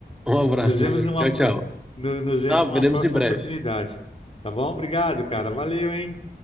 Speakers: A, in the centre; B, on the left (about 35°).
A: Um abraço,
B: Nos vemos
A: meu amigo.
B: numa,
A: Tchau,
B: pro-
A: tchau.
B: no- nos vemos
A: Ah, veremos
B: numa próxima
A: em breve.
B: oportunidade. Tá bom? Obrigado, cara. Valeu, hein?